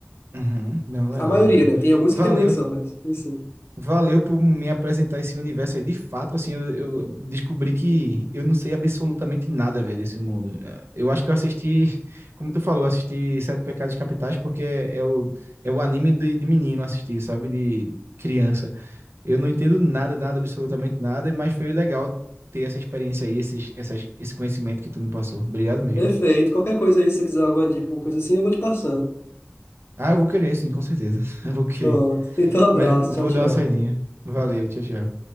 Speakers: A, on the right; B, on the left.
A: Uhum. Não, legal,
B: A maioria,
A: legal.
B: né? Tem alguns
A: Valeu.
B: que tem conexão, mas enfim.
A: Valeu por me apresentar esse universo aí. De fato, assim, eu, eu descobri que eu não sei absolutamente nada, velho, desse mundo. Eh, Eu acho que eu assisti, como tu falou, eu assisti Sete Pecados Capitais porque é o, é o anime de, de menino assistir, sabe? De criança. Eu não entendo nada, nada, absolutamente nada, mas foi legal ter essa experiência aí, esses, essas, esse conhecimento que tu me passou. Obrigado mesmo.
B: Perfeito. Qualquer coisa aí, se você quiser alguma dica, alguma coisa assim, eu vou te passando.
A: Ah, eu vou querer, sim, com certeza. <laughs> Eu vou querer.
B: Pronto. <laughs> Então, abraço.
A: Mas eu
B: Tchau,
A: vou
B: tchau.
A: dar uma saidinha. Valeu, tchau, tchau.